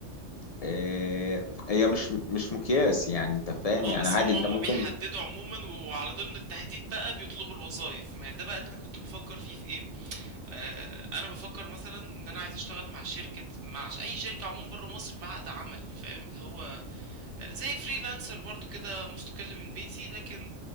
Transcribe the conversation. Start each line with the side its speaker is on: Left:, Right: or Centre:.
Left: إيه هي مش مش مقياس يعني انت فاهم
Right: اه
Left: يعني
Right: بس
Left: عادي
Right: هم
Left: انت
Right: هم
Left: ممكن
Right: بيحددوا عموما وعلى ضمن التحديد بقى بيطلبوا الوظائف ما هي ده بقى اللي انا كنت بفكر فيه في ايه آه انا بفكر مثلا ان انا عايز اشتغل مع شركة مع ش- اي شركة عموما بره مصر بعقد عمل فاهم اللي هو زي فريلانسر برضو كده مستقل من بيتي لكن